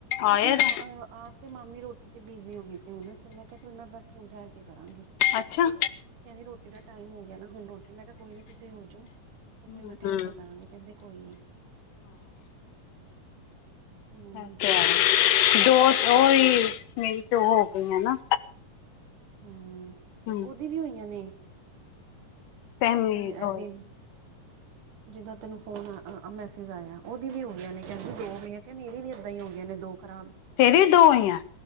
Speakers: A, on the left (about 75°); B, on the right (about 70°).
A: ਆਏ
B: ਓਦੇ ਹੁਣ
A: ਦਾ
B: ਆਪ ਤੇ ਮਾਮੀ ਰੋਟੀ ਤੇ ਬਿਜ਼ੀ ਹੋ ਗਈ ਸੀ ਹੁਣ, ਫਿਰ ਮੈਂ ਕੇਯਾ ਚਲ ਮੈਂ ਬੈਠ ਹੁਨ ਠਹਿਰ ਕੇ ਕਰਾਂਗੀ।
A: ਅੱਛਾ।
B: ਕੈਂਦੀ ਰੋਟੀ ਦਾ ਟਾਈਮ ਹੋ ਗਿਆ ਨਾ ਹੁਣ ਰੋਟੀ ਮੈਂ ਕੇਯਾ ਕੋਈ ਨੀ ਤੁਸੀਂ ਹੋਜੋ
A: ਹੂੰ
B: ਤੇ ਫੇਰ ਮੈਂ ਠਹਿਰ ਕੇ ਕਰਾਂਗੀ। ਕੈਂਦੇ ਕੋਈ ਨੀ। ਹੂੰ
A: ਅੱਛਾ, ਦੋ ਓਈਂ ਮੇਰੀ ਦੋ ਹੋ ਗਈਆਂ ਨਾ।
B: ਹੁੰ,
A: ਹਮ
B: ਓਦੀ ਵੀ ਹੋਈਆਂ ਨੇ।
A: ਤੇ ਮੇਰੀ
B: ਨਈਂ ਐਦੀ
A: ਉਹੀ
B: ਜਿੱਦਾਂ ਤੈਨੂੰ ਫੋਨ ਮੈਸੇਜ ਆਇਆ ਓਦੀ ਵੀ ਹੋ ਗਿਆ ਨੇ ਕੈਂਦੀ ਦੋ ਹੋਈ ਆ, ਮੇਰੀ ਵੀ ਏਦਾਂ ਹੋ ਗਈਆਂ ਨੇ ਦੋ। ਖਰਾਬ।
A: ਤੇਰੀ ਵੀ ਦੋ ਹੋਈਐ?